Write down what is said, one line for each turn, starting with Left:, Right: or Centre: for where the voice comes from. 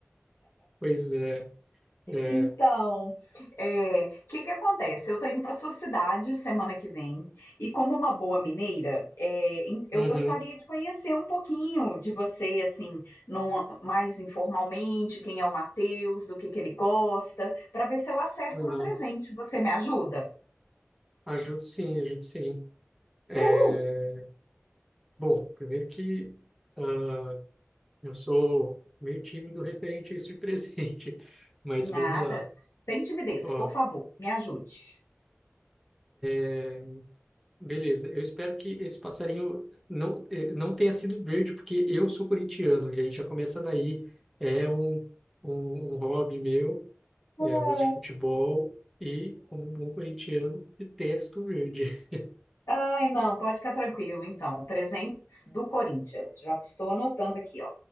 Centre: pois é. É.
Left: Então, é, o que que acontece? Eu tô indo para sua cidade semana que vem e como uma boa mineira, é, em- eu
Centre: Uhum.
Left: gostaria de conhecer um pouquinho de você, assim, num- mais informalmente, quem é o Matheus, do que que ele gosta, para ver se eu acerto
Centre: Aham.
Left: no presente. Você me ajuda?
Centre: Ajudo sim, ajudo sim. É,
Left: Uhul!
Centre: Bom, primeiro que ah, eu sou meio tímido referente a isso de presente, <laughs> mas
Left: Nada,
Centre: vamos lá.
Left: sem timidez,
Centre: Ó,
Left: por favor, me ajude.
Centre: é, beleza, eu espero que esse passarinho não, eh, não tenha sido verde, porque eu sou corintiano, e aí já começa daí. É um, um, um hobby meu.
Left: <laughs>
Centre: É, eu gosto de futebol e, como um bom corintiano, detesto o verde. <laughs>
Left: Ai, não, pode ficar tranquilo, então. Presentes do Corinthians. Já estou anotando aqui, ó.